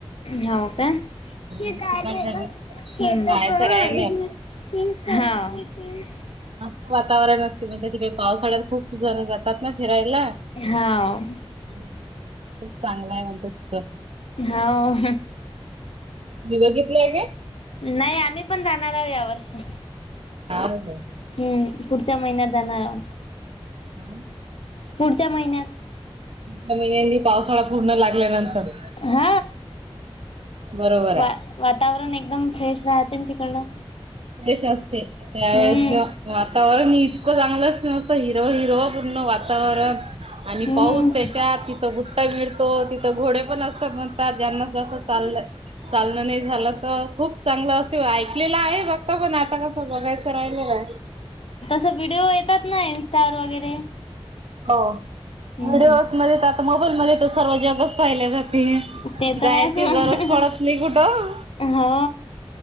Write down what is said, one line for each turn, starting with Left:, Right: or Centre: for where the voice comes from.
Left: हाव का. <unintelligible>
Right: चिखलदऱ्या
Left: हम्म
Right: पाहायचं राहिलं.
Left: ह.
Right: मस्त वातावरण असते म्हणजे तिकडे पावसाळ्यात खूप जण जातात ना फिरायला.
Left: हाव
Right: हम्म खूप चांगला आहे म्हणतात तिथं.
Left: हाव
Right: मी बघितले घे.
Left: नाही आम्ही पण जाणार आहो या वर्षी.
Right: हा. <unintelligible>
Left: हम्म पुढच्या महिन्यात जाणार आहो.
Right: आन.
Left: पुढच्या महिन्यात
Right: च्या महिन्यांनी पावसाळा पूर्ण लागल्यानंतर.
Left: हा
Right: बरोबर
Left: वा
Right: आहे.
Left: वातावरण एकदम फ्रेश राहतेन तिकडलं.
Right: फ्रेश असते त्यावेळेच
Left: हम्म
Right: वातावरण इतकं चांगलं नसतं हिरवं हिरवं पूर्ण वातावरण आणि
Left: हम्म
Right: पाऊस त्याच्यात तिथं गु का मिळतो तिथं घोडे पण असतात म आता ज्यांना जसं चाल चालण नाही झालं तर खूप चांगलं अस ऐकलेलं आहे बघ. पण आता कसं बघायचं राहिलेलये.
Left: अस व्हिडिओ येतात ना इन्स्टावर वगैरे.
Right: हो
Left: हम्म
Right: व्हिडिओमध्ये तर आता मोबाईलमध्ये तर सर्व जगच पाहिले जात. ते
Left: ते तर
Right: जायची
Left: आहेच मग
Right: गरज पडत नाही कुठं.
Left: हो